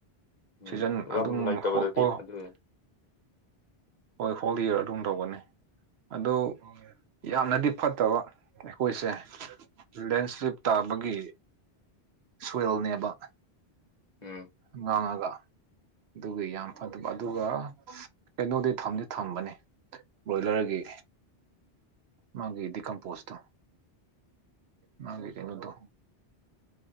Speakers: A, on the left (about 45°); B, on the right (about 75°).
A: ꯎꯝ
B: ꯁꯤꯖꯟ
A: ꯂꯝ
B: ꯑꯗꯨꯝ
A: ꯂꯩꯇꯕꯗꯗꯤ
B: ꯍꯈꯣ <unintelligible>
A: ꯑꯗꯨ
B: ꯍꯣꯏ ꯍꯣꯜ ꯏꯌꯥꯔ ꯑꯗꯨꯝ ꯇꯧꯒꯅꯤ ꯑꯗꯨ ꯌꯥꯝꯅꯗꯤ ꯐꯠꯇꯕ ꯑꯩꯈꯣꯏꯁꯦ ꯂꯦꯟꯁ꯭ꯂꯦꯞ ꯇꯥꯕꯒꯤ ꯁꯋꯦꯜꯅꯦꯕ
A: ꯎꯝ
B: ꯉꯥꯡꯉꯒ ꯑꯗꯨꯒꯤ ꯌꯥꯝ ꯐꯠꯇꯕ ꯑꯗꯨꯒ ꯀꯩꯅꯣꯗꯤ ꯊꯝꯗꯤ ꯊꯝꯕꯅꯦ ꯕ꯭ꯔꯣꯏꯂꯔꯒꯤ ꯃꯥꯒꯤꯗꯤ ꯀꯝꯄꯣꯁꯇꯣ ꯃꯥꯒꯤ ꯀꯩꯅꯣꯗꯣ